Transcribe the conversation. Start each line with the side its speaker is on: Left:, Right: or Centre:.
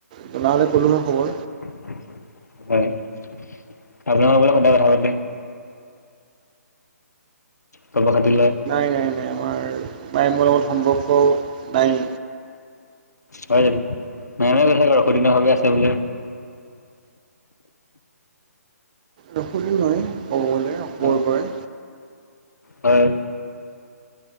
Right: জনা হ'লে ক'লো হয় খবৰ
Left: হয় আপোনাৰ লগত বোলে সদায় কথা পাতে খবৰ খাতি লে
Right: নাই নাই নাই আমাৰ প্ৰায়মৰ লগত সম্পৰ্ক নাই
Left: হয় জানো আছে বোলে
Right: ৰাখিলো হয় কব গলে উপৰে
Left: অঁ
Right: উপৰে
Left: হয়